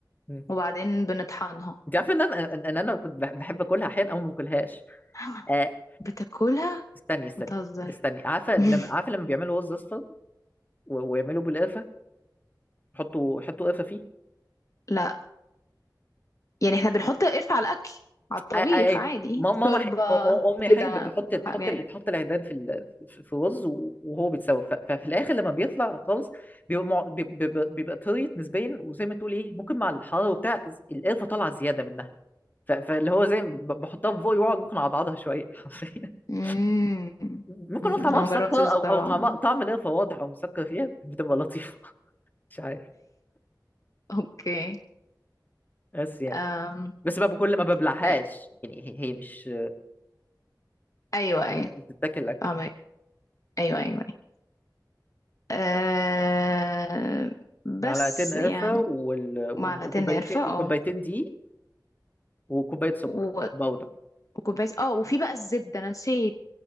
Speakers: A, on the left; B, on the left.
A: مم.
B: وبعدين بنطحنها
A: انت عارف ان انا ان إن انا كنت بح- بحب اكلها احيانا او ما باكلهاش
B: <laughs>
A: آه
B: بتاكلها
A: استني استني
B: بتهزر
A: استني عارفه
B: <laughs>
A: لما عارفه لما بيعملوا رز اصفر و- ويعملوا بالقرفه يحطوا يحطوا قرفه فيه
B: لا يعني احنا بنحط القرفة على الأكل على الطبيخ
A: اي اي
B: عادي
A: ما- ماما
B: شوربة
A: ح... أ- امي
B: كده
A: حين بتحط
B: حاجات
A: بتحط بتحط العيدان في ال... في في الرز و- وهو بيتسوى ف... ففي الاخر لما بيطلع خالص بيبقى مع... بيبقى, بيبقى بيبقى طريت نسبيا وزي ما تقول ايه ممكن مع الحراره وبتاع ز- القرفه طالعه زياده منها ف... فاللي هو زي ما ب- بحطها في بوقي واقعد ممكن اعضعضها شويه حرفيا <laughs>
B: امم
A: ممكن
B: أمم،
A: اقول طعمها
B: أنا
A: مسكر
B: مجربتش
A: او
B: الصراحة
A: او طعم طعم القرفه واضح او مسكر فيها بتبقى لطيفه <laughs> مش عارف
B: اوكي
A: بس يعني
B: أم.
A: بس ما بكل ما ببلعهاش
B: أي-
A: يعني هي هي مش
B: ايوه ايوه
A: مش بتتاكل اكل
B: فاهمك ايوه ايوه ايوه أه... بس
A: معلقتين
B: يعني
A: قرفة وال...
B: معلقتين
A: وكوبايتين
B: قرفة اه
A: وكوبايتين دقيق وكوباية سكر
B: و-
A: باودر
B: وكوباية اه وفي بقى الزبدة انا نسيت